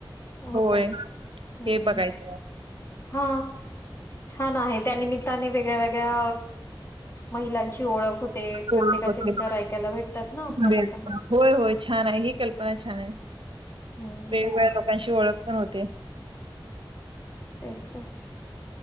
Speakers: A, on the left (about 30°); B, on the right (about 75°).
A: होतय
B: होय
A: हम्म.
B: हे बघायचं
A: हा छान आहे त्या निमित्ताने वेगळ्या वेगळ्या महिलांशी ओळख होते
B: होय
A: प्रत्येकाचे
B: होते.
A: विचार ऐकायला भेटतात ना आपल्याला
B: बेस्ट
A: पण.
B: होय होय छान आहे ही कल्पना छान आहे
A: हम्म
B: वेगवेगळ्या लोकांशी ओळख पण होते.
A: तेच तेच.